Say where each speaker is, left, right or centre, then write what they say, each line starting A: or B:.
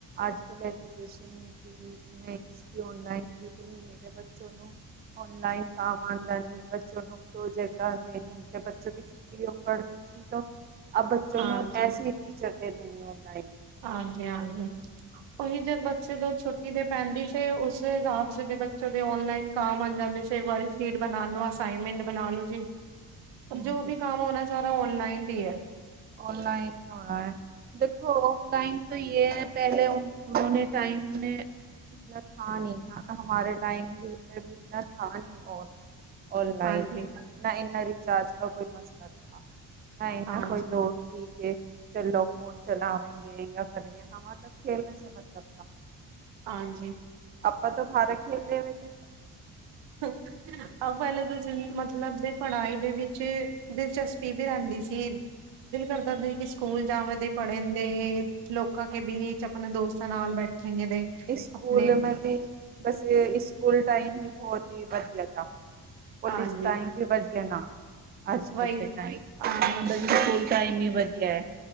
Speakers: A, on the right; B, on the right.
A: ਅੱਜ ਕੱਲ ਐਜੂਕੇਸ਼ਨ ਕਿ ਮੈਂ ਇਸਕੀ ਆਨਲਾਈਨ ਕਿਤਨੀ ਨੀਡ ਹੈ ਬੱਚੋ ਨੂੰ। ਔਨਲਾਈਨ ਕਾਮ ਆਂਦਾ ਨੀ ਬੱਚੋ ਨੂੰ ਪ੍ਰੋਜੈਕਟ ਕਲਾਸ ਦੇਣੀ ਤੇ ਬੱਚੋਂ ਦੀ ਛੁੱਟੀ ਉਹ ਪੜ ਰਹੀ ਸੀ ਤੋ, ਆ ਬੱਚੋਂ
B: ਹਾਂਜੀ,
A: ਨੂੰ ਐਸੀ ਟੀਚਰ ਦੇ ਦੇਣੀ ਔਨਲਾਈਨ।
B: ਹਾਂਜੀ-ਹਾਂਜੀ ਉਹੀ ਜੇ ਬੱਚੇ ਤੋਂ ਛੁੱਟੀ ਦੇ ਪੈਂਦੀ ਸੀ ਉਸ ਹਿਸਾਬ ਦੇ ਬੱਚੋ ਦੇ ਔਨਲਾਈਨ ਕਾਮ ਆ ਜਾਂਦੇ ਸੀ, ਇੱਕ ਵਾਰੀ ਸੀਟ ਬਣਾਉਣ ਵਾਸਤੇ। ਅਸਾਈਨਮੈਂਟ ਬਣਾ ਲੋ ਜੀ,
A: ਹਾਂਜੀ।
B: ਜੋ ਵੀ ਕੰਮ ਹੋਣਾ ਸਾਰਾ ਔਨਲਾਈਨ ਤੇ ਹੈ।
A: ਔਨਲਾਈਨ ਹੀ ਹੋਣਾ ਹੈ। ਦੇਖੋ ਔਫਲਾਈਨ ਤਾਂ ਯੇ ਹੈ ਪਹਿਲੇ ਣੇ ਟਾਈਮ ਨੇ ਇਤਨਾ ਥਾ' ਨਹੀਂ ਹਮਾਰੇ ਟਾਈਮ ਮੈ ਵੀ ਇਤਨਾ ਥਾ ਨਹੀਂ ਔਰ। ਔਨਲਾਈਨ
B: ਹਾਂਜੀ,
A: ਨਾ ਇੰਨਾਂ ਰਿਚਾਰਜ ਕਾ ਕੋਈ ਮਸਲਾ ਥਾ। ਨਾ ਇੰਨਾ
B: ਹਾਂਜੀ,
A: ਕੋਈ ਲੋੜ ਸੀ। ਕੇ' ਚੱਲੋ ਫੋਨ ਚਲਾਵਂਗੇ ਜਾਂ ਕਰੇਗੇ ਹਾਂ ਮਾ ਤਬ ਖੇਲਣੇ ਸੇ ਮਤਲਬ ਥਾ।
B: ਹਾਂਜੀ।
A: ਆਪਾਂ ਤੋਂ ਬਾਹਰ ਖੇਲ 'ਲੇ ਹੋਏ ਤੇ।
B: <unintelligible> ਹਾਂ ਪਹਿਲੇ ਤਾਂ ਜਿਹਨੂੰ ਮਤਲਬ ਸੀ। ਪੜਾਈ ਦੇ ਵਿੱਚ ਦਿਲਚਸਪੀ ਵੀ ਰਹਿੰਦੀ ਸੀ ਦਿਲ ਕਰਦਾ ਹਦਾ ਸੀ ਕਿ ਸਕੂਲ ਜਾਵ ਦੇ ਪੜਨ ਦੇ, ਲੋਕਾਂ ਕੇ ਬੀਚ' ਆਪਣੇ ਦੋਸਤਾਂ ਨਾਲ ਬੈਠੇਗੇ ਦੇ
A: ਇਸ ਸਕੂਲ
B: ਆਪਣੇ
A: ਮੈਂ ਵੀ ਬਸ ਸਕੂਲ ਟਾਈਮ ਈ ਬਹੋਤ ਹੀ ਵਧੀਆ ਦਾ। ਔਰ
B: ਹਾਂਜੀ
A: ਇਸ ਟਾਈਮ ਵੀ ਵਧੀਆ ਨਾ, ਅੱਜ
B: ਵਹੀ
A: ਕੱਲ ਦੇ ਟਾਈਮ
B: ਹਾਂ
A: ਤਾਂ ਸਕੂਲ। ਟਾਈਮ ਹੀ ਵਧੀਆ ਹੈ,